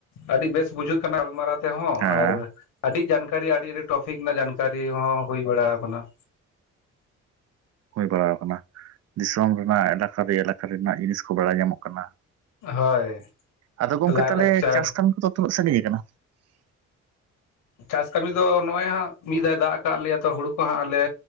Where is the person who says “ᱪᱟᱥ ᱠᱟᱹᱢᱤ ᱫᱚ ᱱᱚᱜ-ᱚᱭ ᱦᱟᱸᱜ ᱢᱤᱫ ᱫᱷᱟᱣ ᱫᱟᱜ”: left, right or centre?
Left